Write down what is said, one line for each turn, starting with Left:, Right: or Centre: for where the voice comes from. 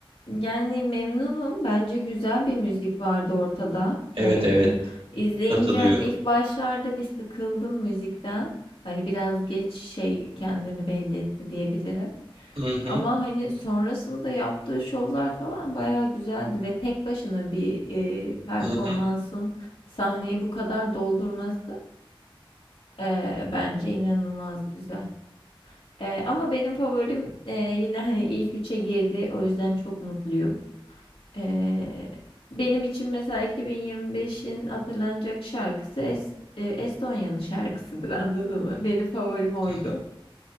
Left: yani memnunum. Bence güzel bir müzik vardı ortada.
Right: Evet
Left: Ee,
Right: evet
Left: izleyince
Right: katılıyorum.
Left: hani ilk başlarda bir sıkıldım müzikten. Hani biraz geç şey kendini belli etti diyebilirim.
Right: Hı
Left: Ama
Right: hı
Left: hani sonrasında yaptığı şovlar falan bayağı güzeldi ve tek başına bir e, performansın
Right: hı
Left: sahneyi bu kadar doldurması e, bence inanılmaz güzel. E, ama benim favorim e, yine hani ilk üçe girdi. O yüzden çok mutluyum. Ee, benim için mesela 2025'in hatırlanacak şarkısı Es- e, Estonya'nın şarkısıdır anladın mı? Benim favorim oydu.
Right: hı.